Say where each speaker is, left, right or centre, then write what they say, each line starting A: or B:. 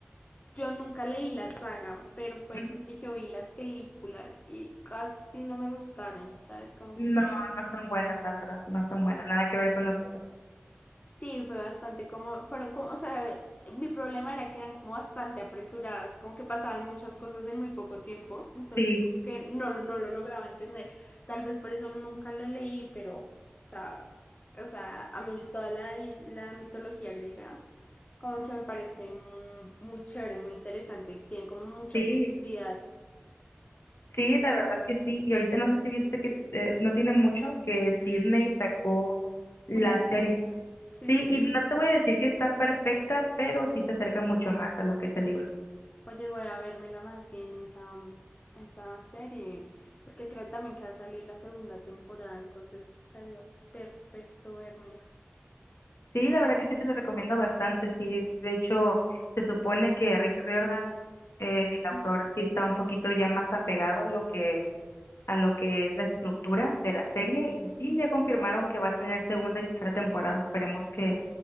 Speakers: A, on the left; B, on the left.
A: yo nunca leí la saga, pero fue
B: Ujú.
A: porque yo vi las películas y casi no me gustaron, ¿sabes? Como
B: No,
A: que
B: no son buenas, la verdad, no son buenas, nada que ver con los libros.
A: Sí, fue bastante como, fueron como, o sea, mi problema era que eran como bastante apresuradas, como que pasaban muchas cosas en muy poco tiempo, entonces
B: Sí,
A: como que no, no lo lograba entender. Tal vez por eso nunca lo leí, pero pues, está, o sea, a mí toda la, la mitología griega como que me parece mm, muy, chévere, muy interesante, tiene como mucha
B: sí,
A: profundidad.
B: sí, la verdad que sí. Y ahorita no sé si viste que eh, no tiene mucho que Disney sacó la
A: Una serie,
B: serie.
A: sí.
B: Sí, y no te voy a decir que está perfecta, pero sí se acerca mucho más a lo que es el libro.
A: Oye, voy a vérmela más bien esa, mm, esa serie, porque creo también que va a salir la segunda temporada, entonces estaría perfecto vérmela,
B: Sí, la verdad que sí te la recomiendo bastante. Sí, de hecho, se supone que Rick Riordan, eh, el autor,
A: Ujú.
B: sí está un poquito ya más apegado a lo que, a lo que es la estructura de la serie. Y sí,
A: mm,
B: ya confirmaron que va a tener segunda y tercera temporada. Esperemos que,